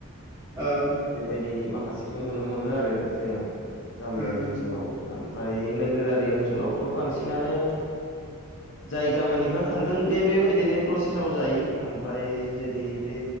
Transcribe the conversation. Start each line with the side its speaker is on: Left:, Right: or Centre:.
Right: औ।
Left: बेबायदि माखासेखौ नुनो मोनो आरो जोङो गामियारि
Right: होम होम
Left: ओनसोलाव ओमफ्राय नोगोरारि ओनसोलावथ' बांसिनानो जाय गामिनिफ्रा थांदों बे बेबायदिनो प्रसेसआव जायो ओमफ्राय जुदि बे